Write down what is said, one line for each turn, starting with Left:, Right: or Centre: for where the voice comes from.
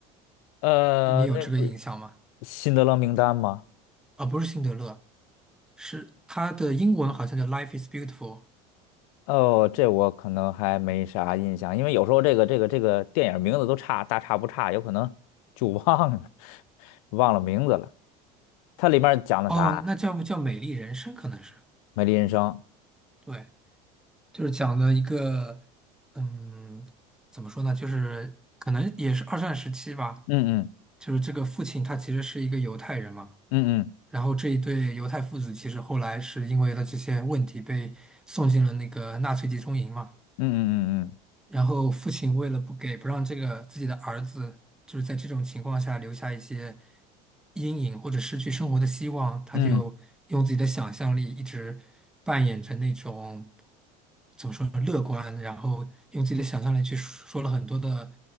Left: 呃，
Centre: 你有这个印象吗？
Left: 那不是辛德勒名单吗？
Centre: 啊，不是辛德勒，是他的英文好像叫《Life is Beautiful》，
Left: 哦，这我可能还没啥印象，因为有时候这个这个这个电影名字都差大差不差，有可能就忘了 <laughs> 忘了名字了。它里面讲的啥啊？
Centre: 哦，那叫不叫《美丽人生》？可能是，
Left: 美丽人生。
Centre: 对，就是讲了一个，嗯，怎么说呢？就是可能也是二战时期吧，
Left: 嗯嗯
Centre: 就是这个父亲他其实是一个犹太人嘛。
Left: 嗯嗯
Centre: 然后这一对犹太父子其实后来是因为了这些问题被送进了那个纳粹集中营嘛。
Left: 嗯嗯嗯嗯。
Centre: 然后父亲为了不给不让这个自己的儿子，就是在这种情况下留下一些阴影或者失去生活的希望，他就用自己的想象力一直扮演着那种
Left: 嗯，
Centre: 怎么说呢，乐观，然后用自己的想象力去说说了很多的